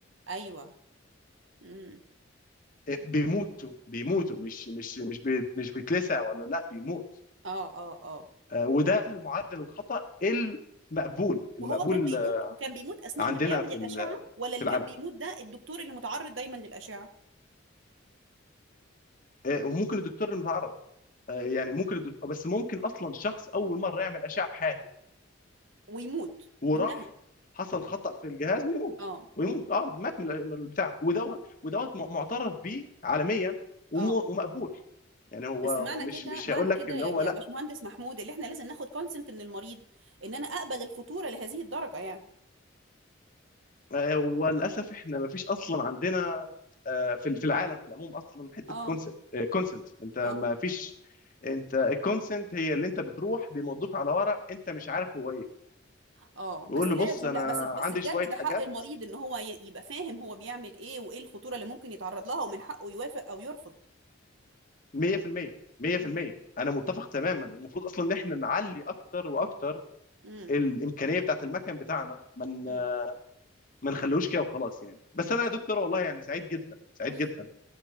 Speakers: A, on the right; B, on the left.
A: ايوه امم
B: آه، بيموتوا بيموتوا مش مش مش بي مش بيتلسع ولا لا بيموت
A: اه اه اه
B: آه، وده المعدل الخطا المقبول المقبول
A: وهو كان بيموت كان بيموت اثناء
B: عندنا
A: ما بيعمل
B: في
A: الاشعة ولا اللي
B: في العالم
A: كان بيموت ده الدكتور اللي متعرض دايما للاشعة
B: آه، وممكن الدكتور المتعرض يعني ممكن الدكتور بس ممكن اصلا شخص اول مره يعمل اشعه في حياته
A: ويموت
B: وراح
A: منها
B: حصل خطا في الجهاز ويموت
A: اه
B: ويموت اه مات من البتاع ودوت
A: م-
B: ودوت معترف بيه عالميا
A: اه
B: ومقبول يعني هو
A: بس معنى
B: مش
A: كده
B: مش
A: معنى
B: هيقول لك
A: كده
B: اللي
A: يا
B: هو
A: يا باشمهندس محمود اللي احنا لازم ناخد كونسنت من المريض ان انا اقبل الخطورة لهذه الدرجة يعني
B: آه، وللاسف احنا ما فيش اصلا عندنا آه، في في العالم في العموم اصلا حته
A: اه
B: كونسنت كونسنت انت ما
A: اه
B: فيش انت الكونسنت هي اللي انت بتروح بيمضوك على ورق انت مش عارف هو ايه
A: اه بس
B: ويقول له
A: لازم
B: بص انا
A: لا بس بس
B: عندي
A: بجد
B: شويه
A: ده
B: حاجات
A: حق المريض ان هو ي- يبقى فاهم هو بيعمل ايه وايه الخطورة اللي ممكن يتعرض لها ومن حقه يوافق او يرفض
B: 100% 100%
A: امم
B: انا متفق تماما المفروض اصلا ان احنا نعلي اكتر واكتر
A: امم
B: الامكانيه بتاعت المكن بتاعنا ما ن-
A: امم
B: ما نخلوش كده وخلاص يعني بس انا
A: لا
B: يا دكتور والله يعني سعيد جدا سعيد
A: <laughs>
B: جدا